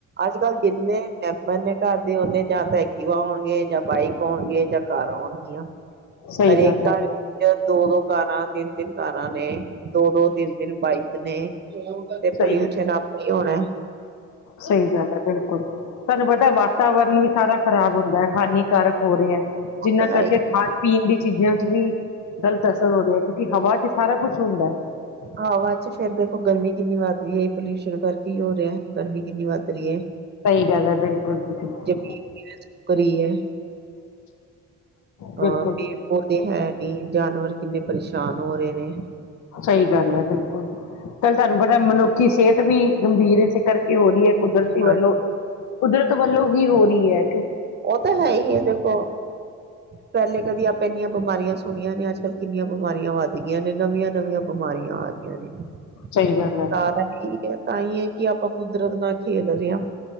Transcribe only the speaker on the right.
ਅੱਜ ਕੱਲ੍ਹ ਜਿੰਨੇ ਮੈਂਬਰ ਨੇ ਘਰ ਦੇ ਨੇ ਜਾਂ ਤਾਂ ਐਕਟਿਵਾ ਹੋਵੇ ਜਾਂ ਬਾਈਕ ਹੋਣਗੇ ਜਾਂ ਕਾਰ ਆਉਣਗੀਆਂ। <unintelligible>
ਹਰੇਕ
ਘਰ ਵਿੱਚ ਦੋ-ਦੋ ਕਾਰਾਂ ਤਿੰਨ-ਤਿੰਨ ਕਾਰਾਂ ਨੇ ਦੋ-ਦੋ ਤਿੰਨ- ਤਿੰਨ ਬਾਈਕ ਨੇ। ਤੇ ਪੋਲਊਸ਼ਨ
ਆਪ ਹੀ ਹੋਣਾ ਏ
ਹੈ
ਹੀ
ਹਵਾ ਚ ਫੇਰ ਦੇਖੋ ਗਰਮੀ ਕਿੰਨੀ ਵਧਦੀ ਐ। ਪੋਲਿਊਸ਼ਨ ਕਰਕੇ ਹੋ ਰਿਹਾ ਗਰਮੀ ਕਿੰਨੀ ਵੱਧ ਰਹੀ ਹੈ।
ਜਮੀਨ ਕਿਵੇ ਸੁੱਕ ਰਹੀ ਹੈ ਹਾਂ
ਪੇੜ ਪੌਦੇ ਹੈ ਨਹੀਂ। ਜਾਨਵਰ ਕਿੰਨੇ ਪਰੇਸ਼ਾਨ ਹੋ ਰਹੇ ਨੇ।
ਹਾਂ
ਉਹ ਤਾਂ ਹੈ ਹੀ ਹੈ ਦੇਖੋ ਪਹਿਲੇ ਕਦੀ ਆਪੇ ਇੰਨੀਆ ਬਿਮਾਰੀਆਂ ਸੁਣੀਆਂ ਨੇ ਅੱਜ ਕੱਲ ਕਿੰਨੀਆਂ ਬਿਮਾਰੀਆਂ ਵੱਧ ਗਈਆਂ ਨੇ ਨਵੀਆਂ ਨਵੀਆਂ ਬਿਮਾਰੀਆਂ ਆ ਗਈਆਂ ਨੇ <unintelligible>
ਤਾਂ ਹੀ ਹੈ ਕਿ ਆਪਾਂ ਕੁਦਰਤ ਨਾਲ ਖੇਡ ਰਹੇ ਹਾਂ।